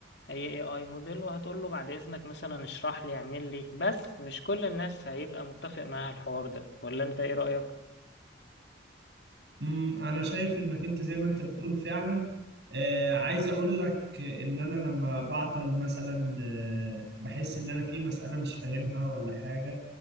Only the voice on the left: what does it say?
اي اي اي موديل وهتقول له بعد اذنك مثلا اشرح لي اعمل لي بس مش كل الناس هيبقى متفق معاها الحوار ده ولا انت ايه رأيك